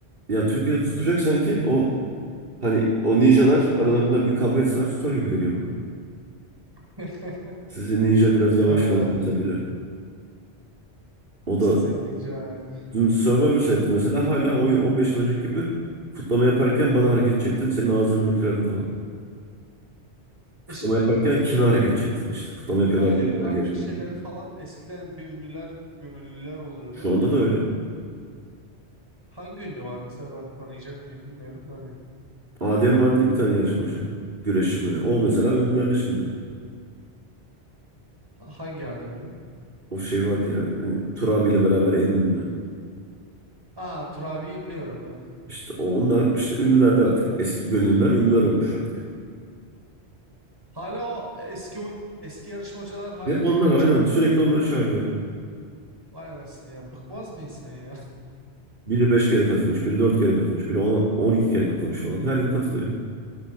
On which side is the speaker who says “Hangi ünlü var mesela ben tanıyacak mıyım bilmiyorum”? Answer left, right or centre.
Right